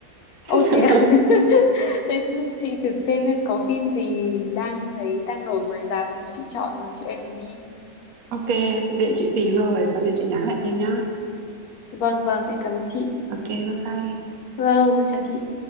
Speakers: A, on the right; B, on the left.
A: <laughs>
B: ô thế à? <laughs> thế chị thử xem xem có phim gì đang ấy đang nổi ngoài rạp chị chọn rồi chị em mình đi
A: Ok, thế để chị tìm thôi, có gì chị nhắn lại em nhá.
B: vâng vâng em cảm ơn chị
A: Ok, bye bye. em.
B: vâng em chào chị